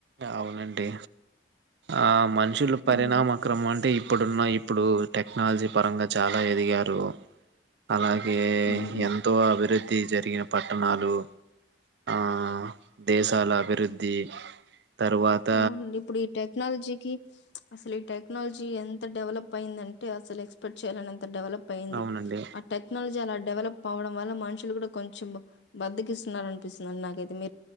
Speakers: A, on the right; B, on the left.
A: అవునండి ఆ మనుషుల
B: హ్మ్.
A: పరిణామక్రమం అంటె ఇప్పుడున్న ఇప్పుడు టెక్నాలజీ పరంగా చాల ఎదిగారు అలాగే
B: హ్మ్. హ్మ్.
A: ఎంతో అభివృద్ధి జరిగిన పట్టణాలు ఆ దేశాల అభివృద్ధి తరువాత
B: అవునండి ఇప్పుడు ఈ టేక్ క్నాలజీకి అసలు ఈ టెక్నాలజీ ఎంత డెవలప్ అయిందంటె అసలు ఎక్స్పెక్ట్ చేయలెనం డెవలప్ అయింది
A: అవునండి.
B: ఆ టెక్నాలజీ అలన్ డెవలప్ అవ్వడం వల్ల మనుషులు కూడ కొంచెం బద్దకిస్తున్నారు అనిపిస్తుంది నాకైతె